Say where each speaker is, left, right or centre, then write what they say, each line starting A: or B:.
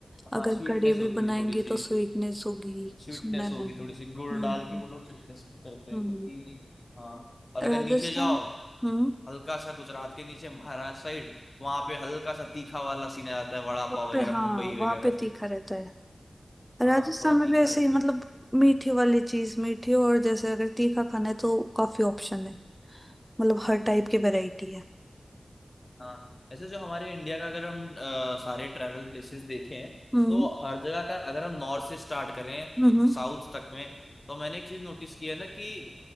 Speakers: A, in the centre; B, on the left (about 45°).
A: अगर
B: हाँ स्वीटनेस
A: कड़ी भी
B: होती
A: बनाएंगे
B: है थोड़ी सी
A: तो स्वीटनेस होगी
B: स्वीटनेस
A: सुना है मैंने
B: होगी थोड़ी सी गुड़
A: हम्म
B: डाल के वो लोग स्वीटनेस करते हैं
A: हम्म
B: क्योंकि
A: हम्म।
B: हाँ और अगर
A: राजस्थान
B: नीचे जाओ
A: हम्म
B: हल्का सा गुजरात के नीचे महाराष्ट्र साइड वहाँ पे हल्का सा तीखा वाला सीन आ जाता है वड़ा पाव
A: वहाँ
B: वगैरह
A: पे हाँ
B: मुंबई
A: वहाँ
B: वगैरह
A: पे
B: साइड
A: तीखा रहता है
B: हाँ
A: राजस्थान
B: थोड़ा
A: में
B: तीखा
A: भी ऐसे
B: रहता
A: ही मतलब
B: है
A: मीठी वाली चीज मीठी और जैसे अगर तीखा खाना है तो काफी ऑप्शन है मतलब हर टाइप की वैरायटी है
B: हाँ ऐसे जो हमारे इंडिया का अगर हम अ, सारे ट्रैवल प्लेसेस देखें
A: हम्म
B: तो हर जगह का अगर हम नॉर्थ से स्टार्ट करें
A: हम्म
B: साउथ तक में तो मैंने एक चीज नोटिस की है ना कि